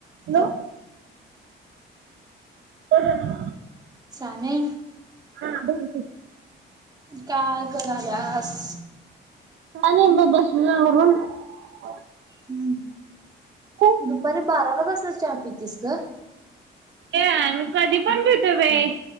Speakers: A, on the right (about 70°); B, on the right (about 20°).
A: Hello
B: हे
A: ह
B: साने
A: हा बोल
B: काय कराल्यास
A: <unintelligible>
B: हम्म
A: तू?
B: दुपारी बाराला बसल्या चहापीतीस ग
A: या मी कधी पण पितोय बाई